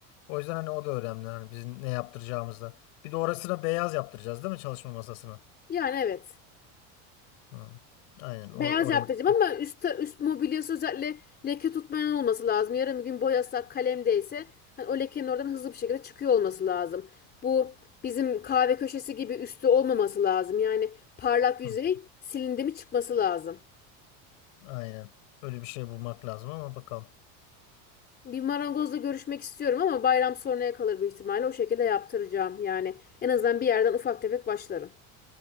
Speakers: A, on the left; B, on the left.
A: O yüzden hani o da önemli hani bizim ne yaptıracağımızda. Bir de orasına beyaz yaptıracağız değil mi çalışma masasına?
B: Yani evet.
A: Hı. Aynen
B: Beyaz
A: o, o
B: yaptıracağım
A: renk.
B: ama üst, üst mobilyası özellikle leke tutmayan olması lazım. Yarın bir gün boyasak kalem değse hani o lekenin oradan hızlı bir şekilde çıkıyor olması lazım. Bu bizim kahve köşesi gibi üstü olmaması lazım. Yani parlak yüzey
A: Hı.
B: silindi mi çıkması lazım.
A: Aynen. Öyle bir şey bulmak lazım ama bakalım.
B: Bir marangozla görüşmek istiyorum ama bayram sonraya kalır büyük ihtimalle. O şekilde yaptıracağım. Yani en azından bir yerden ufak tefek başlarım.